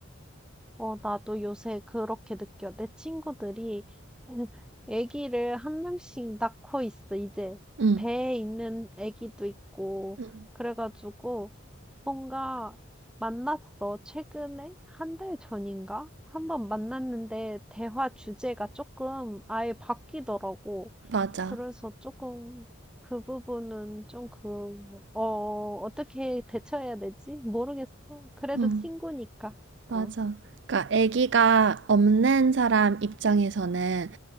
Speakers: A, in the centre; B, on the right.
A: 어, 나도 요새 그렇게 느껴. 내 친구들이 <laughs> 아기를 한 명씩 낳고 있어. 이제
B: 응,
A: 배에 있는 아기도 있고
B: 응,
A: 그래가지고 뭔가 만났어. 최근에? 한 달 전인가? 한번 만났는데 대화 주제가 조금 아예 바뀌더라고.
B: 맞아.
A: 그래서 조금 그 부분은 좀 그, 어, 어떻게 대처해야 되지? 모르겠어. 그래도
B: 응,
A: 친구니까.
B: 맞아.
A: 어,
B: 그러니까 아기가 없는 사람 입장에서는